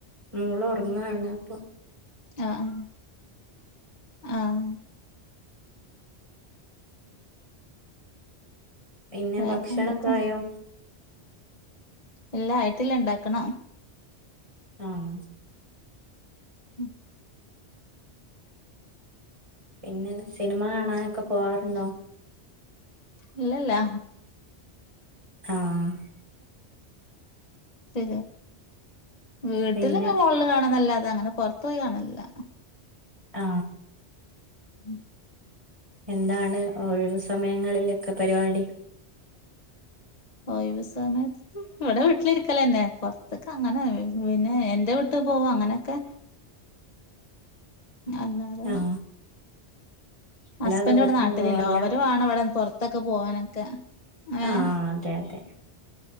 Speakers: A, on the right; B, on the left.
A: മൂള ഉറങ്ങാണ് അപ്പ
B: ആഹ ആഹ ആഹ
A: പിന്നെ
B: വേറെ
A: ഭക്ഷണക്കൊയയോ
B: എന്തൊക്കെ എല്ല ആായിട്ടില്ല ഇണ്ടാക്കണ
A: ആഹ
B: ഉം
A: പിന്നെ സിനിമ കാണാനൊക്കെ പോവാറുണ്ടോ
B: ഇല്ലല്ലാ
A: ആഹ
B: പിെ വീട്ടിലിങ്ങെ
A: പിന്നെ
B: വോളിൽ കാണാനല്ലാതെ അങ്ങനെ പൊറത്ത പോയി കാണാനില്ല
A: ആ
B: <unintelligible>
A: എന്താണ് ഒഴിവു സമയങ്ങളിലൊക്കെ പരിവാടി?
B: ഒഴിവ് സമയത്ത് ഇവിടെ വീട്ടിലിരിക്കലന്നെ പൊർത്ത്ക്ക ങ്ങനെ പിന്നെ എന്റെ വ് ട്ട് പോഉ അങ്ങനൊക്കെ
A: <inaudible>
B: അല്ലാതേ
A: ആഹ് അല്ലാതെ
B: ഹസ്ബൻ്റ്
A: പുറത്തൊന്നും
B: വ്ടെ ന്നാട്ടില്
A: പോവാറില്ല
B: ഇല്ല അവര് വാണ വടെ പൊർത്തൊക്കെ പോവാനൊക്കെ ഏഹ്
A: ആ അതെ അതെ